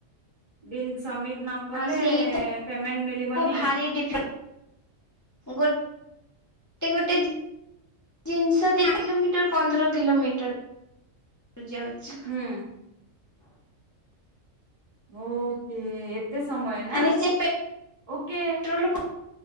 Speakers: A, on the right; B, on the left.
A: ବିଲ୍ ସବମିଟ ନ କଲେ
B: ଆଉ ସେଇଟା
A: ପେମେଣ୍ଟ ମିଳିବନି।
B: ଭାରି ଡିଫ ଗୋଟେ ଗୋଟେ ଗୋଟେ ଜିନିଷ ଦି କିଲୋମିଟର ପନ୍ଦର କିଲୋମିଟର। ଯାଉଛୁ।
A: ହୁଁ। ଓକେ ଏତେ ସମୟ ନା
B: ମାନେ ସେ
A: ଓକେ।
B: ପେଟ୍ରୋଲ